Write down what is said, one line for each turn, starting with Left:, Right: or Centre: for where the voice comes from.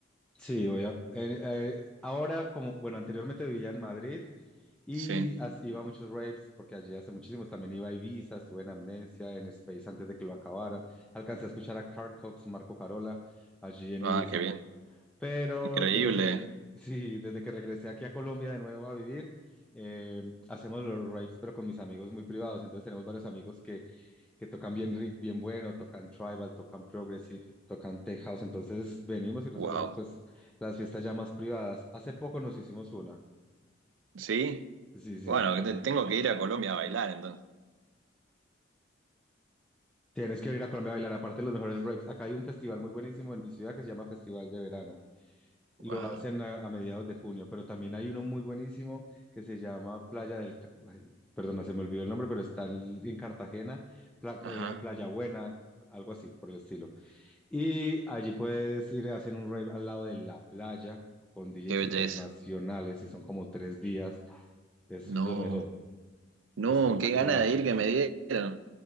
Centre: Sí, voy a, eh, eh, ahora como, bueno, anteriormente vivía en Madrid Y
Right: sí.
Centre: as- iba a muchos raves, porque allí hace muchísimos. También iba a Ibiza, estuve en Amnesia, en Space antes de que lo acabaran. Alcancé a escuchar a Carl Cox, Marco Carola, allí en
Right: Ah,
Centre: Ibiza.
Right: qué bien.
Centre: Pero
Right: Increíble,
Centre: desde que, reg- sí, desde que regresé aquí a Colombia de nuevo a vivir, eh, hacemos los raves, pero con mis amigos muy privados. Entonces tenemos varios amigos que, que tocan bien, ri- bien bueno, tocan tribal, tocan progressive, tocan tech house. Entonces venimos y nos
Right: wow.
Centre: hacemos pues las fiestas ya más privadas. Hace poco nos hicimos una.
Right: Sí,
Centre: Sí, sí.
Right: bueno, te- tengo que ir a Colombia a bailar entonces.
Centre: Tienes que venir a Colombia a bailar, aparte de los mejores raves. Acá hay un festival muy buenísimo en mi ciudad que se llama Festival de Verano. Lo
Right: Wow,
Centre: hacen a, a mediados de junio, pero también hay uno muy buenísimo que se llama Playa del... Ca- ay, Perdona, se me olvidó el nombre, pero está en, en Cartagena, Pla-
Right: ajá,
Centre: eh, Playa Buena, algo así por el estilo. Y allí puedes ir, hacen un rave al lado de la playa con DJs
Right: qué belleza.
Centre: internacionales y son como tres días. Es
Right: No.
Centre: lo mejor,
Right: No,
Centre: espectacular.
Right: qué gana de ir que me dieron.